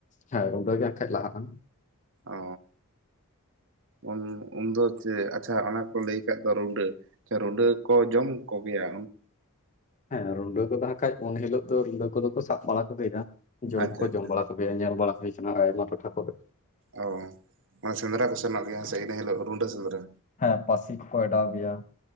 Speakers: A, on the left; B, on the right.
A: ᱦᱮᱸ ᱨᱩᱸᱰᱟᱹ ᱜᱮ ᱦᱟᱜ ᱠᱷᱟᱡ ᱞᱟᱦᱟᱜ-ᱟ᱾
B: ᱚ ᱩᱱ ᱩᱱ ᱫᱚ ᱪᱮᱫ ᱟᱪᱪᱷᱟ ᱚᱱᱟ ᱠᱚ ᱞᱟᱹᱭ ᱟᱠᱟᱫ ᱫᱚ ᱨᱩᱰᱟᱹ ᱟᱪᱪᱷᱟ ᱨᱩᱸᱰᱟᱹ ᱠᱚ ᱡᱚᱢ ᱠᱚ ᱜᱮᱭᱟ᱾
A: ᱦᱮᱸ ᱨᱩᱰᱟᱹ ᱠᱚ ᱛᱟᱦᱮᱸ ᱠᱷᱟᱡ ᱩᱱ ᱦᱤᱞᱳᱜ ᱫᱚ ᱨᱩᱰᱟᱹ ᱠᱚ ᱫᱚ ᱠᱚ ᱥᱟᱵ ᱵᱟᱲᱟ ᱠᱚ ᱜᱮᱭᱟ ᱡᱚᱢ
B: ᱟᱪᱪᱷᱟ
A: ᱦᱚ ᱠᱚ
B: ᱟᱪᱪᱷᱟ
A: ᱡᱚᱢ ᱵᱟᱲᱟ ᱠᱚ ᱜᱮᱭᱟ ᱧᱮᱞ ᱵᱟᱲᱟ ᱦᱩᱭ ᱠᱟᱱᱟ ᱟᱭᱢᱟ ᱴᱚᱴᱷᱟ ᱠᱚ ᱨᱮ᱾
B: ᱚᱻ ᱢᱟᱱᱮ ᱥᱮᱸᱫᱽ ᱨᱟ ᱠᱚ ᱥᱮᱱᱚᱜ ᱜᱮᱭᱟ ᱦᱮ ᱥᱮ ᱤᱱᱟᱹ ᱦᱤᱞᱳᱜ ᱨᱩᱰᱟᱹ ᱥᱮᱸᱫᱽ ᱨᱟ
A: ᱦᱮᱸ ᱯᱟᱹᱥᱤ ᱠᱚ ᱠᱚ ᱮᱰᱟᱣ ᱜᱮ ᱭᱟ ᱾